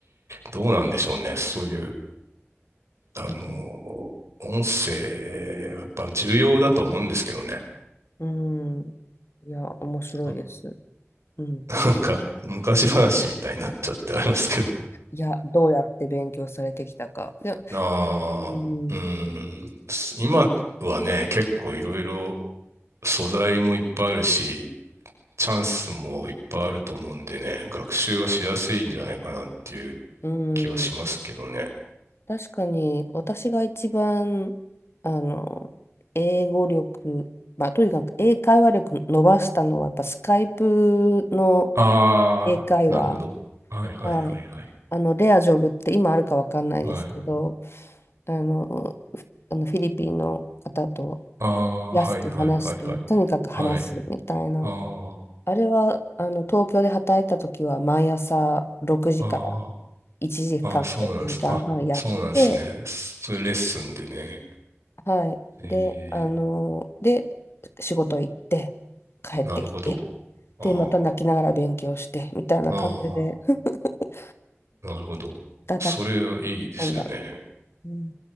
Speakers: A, on the right (about 85°); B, on the left (about 65°).
A: どうなんでしょうね。そういう、あの、
B: ん。
A: 音声、やっぱ重要だと思うんですけどね。
B: うんいや、面白いです。
A: <laughs> あ
B: うんうん。
A: なんか、昔話みたいになっちゃってありますけど。
B: いや、どうやって勉強されてきたか。で、
A: ああ、
B: うん。
A: うん、今はね、結構いろいろ素材もいっぱいあるし、チャンスもいっぱいあると思うんでね、学習はしやすいんじゃないかなっていう
B: うん。
A: 気はしますけどね。
B: 確かに、私が一番、あの、英語力、まあ、とにかく英会話力伸ばしたのは、やっぱスカイプの
A: あー、
B: 英会話
A: なるほど。はいはいはいはい。
B: はい。あの、レアジョブって今あるかわかんないですけど、
A: はい。
B: あの、ふあのフィリピンの方と
A: あー、
B: 安く話して、
A: はいはいはいはい。
B: とにかく話すみたいな。
A: はい。あー、
B: あれは、あの、東京で働いた時は毎朝6時から
A: あー、
B: 1時間かんから1時間半やって、
A: あー、そうなんです。あ、そうなんですね。そういうレッスンでね。
B: はい。
A: えー、
B: で、あの、で、仕事行って、帰ってきて、
A: なるほど。あー、
B: で、また泣きながら勉強して、みたいな感じで、
A: あ
B: <laughs>
A: ー、なるほど。
B: たたき
A: それはいいですよね。
B: 込んだ。うん